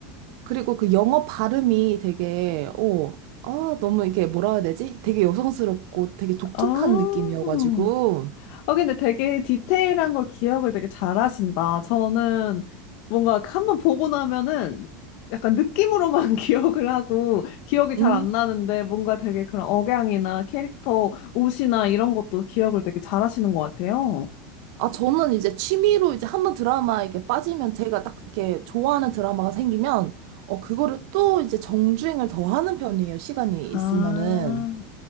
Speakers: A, on the right; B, on the left.
A: 그리고 그 영어 발음이 되게, 어, 아, 너무 이게 뭐라 해야 되지? 되게 여성스럽고 되게 독특한
B: 아,
A: 느낌이어가지고,
B: 아, 근데 되게 디테일한 걸 기억을 되게 잘하신다. 저는 뭔가 한번 보고 나면은 약간 느낌으로만 <laughs> 기억을 하고 기억이 잘
A: 음.
B: 안 나는데 뭔가 되게 그런 억양이나 캐릭터 옷이나 이런 것도 기억을 되게 잘하시는 것 같아요.
A: 아, 저는 이제 취미로 이제 한번 드라마 이렇게 빠지면 제가 딱 이렇게 좋아하는 드라마가 생기면, 어, 그거를 또 이제 정주행을 더 하는 편이에요. 시간이 있으면은.
B: 아,